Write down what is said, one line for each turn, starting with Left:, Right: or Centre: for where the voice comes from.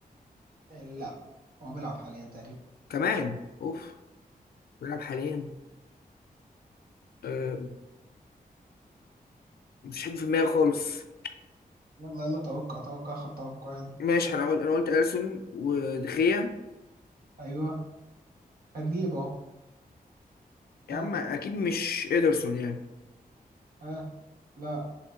Right: آه، لا هو بيلعب حاليا تقريبا
Left: كمان اوف بيلعب حاليا آه. مفيش حد في دماغي خالص
Right: يلا يلا توقع توقع خد توقع يلا
Left: ماشي انا قلت انا قلت اليسون ودخية
Right: ايوه هتجيب اهو
Left: يا
Right: ها
Left: عم اكيد مش ادرسون يعني
Right: ها لا